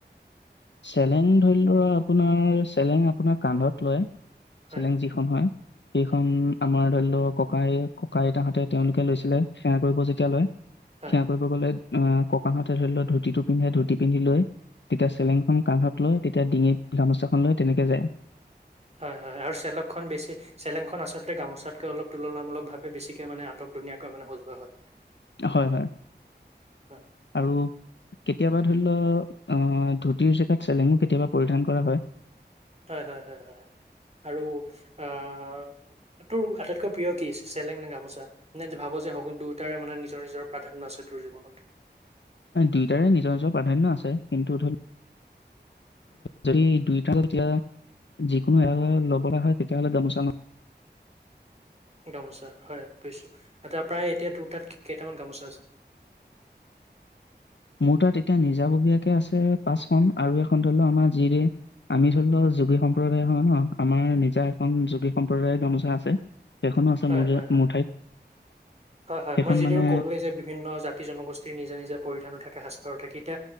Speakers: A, on the left; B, on the right.
A: চেলেং ধৰি লোৱা আপোনাৰ চেলেং আপোনাৰ কান্ধত লয়।
B: হয়
A: চেলেং যিখন হয় সেইখন
B: উম,
A: আমাৰ ধৰি লও ককাই, ককা-আইতাহঁতে তেওঁলোকে লৈছিলে সেৱা কৰিব যেতিয়া লয়।
B: হয়
A: সেৱা কৰিব গ'লে। অ ককাহঁতে ধৰি লোৱা ধুতিটো পিন্ধে ধুতি পিন্ধি লৈ তেতিয়া চেলেং খন কান্ধত লৈ তেতিয়া ডিঙিত গামোচাখন লৈ তেনেকে যায়।
B: হয় হয় আৰু চেলেংখন বেছি চেলেংখন আচলতে গামোচাতকে অলপ তুলনামূলক ভাৱে বেছিকে মানে আটক ধুনীয়াকৈ মানে সজোৱা হয়।
A: হয় হয়
B: হয়
A: আৰু কেতিয়াবা ধৰি ধতিৰ জেগাত চেলেঙো কেতিয়াবা পৰিধান কৰা হয়
B: হয় হয় হয় হয় হয় আৰু আহ তোৰ আটাইতকৈ প্ৰিয় কি চেলেং ন গামোচা নে ভাবো যে সকলো দুয়োটাৰে মানে নিজৰ নিজৰ প্ৰাধান্য আছে তোৰ জীৱনত
A: দুয়োটাৰে নিজৰ নিজৰ প্ৰাধান্য আছে কিন্তু ধৰি লও যদি দুটাতি যিকোনো এ ল'ব হয় তেতিয়াহ'লে গামোচা নহয়
B: গামোচা হয় পইছো প্ৰায় এতিয়া দুটাত কেইটামান গামোচা আছে
A: মোৰ তাত এতিয়া নিজাববীয়াকে আছে পাঁচখন আৰু এখন ধৰি লও আমাৰ যিৰে আমি ধৰি লও যোগী সম্প্ৰদায় হয় ন আমাৰ নিজা এখন যোগী সম্প্ৰদায়ৰ গামোচা আছে
B: মই
A: সেইখনো আছে মোৰ যে- মোৰ ঠাইত সেইখন
B: যিদৰে
A: মানে
B: কলো যে বিভিন্ন জাতি জনগোষ্ঠীৰ নিজা নিজে পৰিধানত থাকে সাজ পাৰো থাকি এতিয়া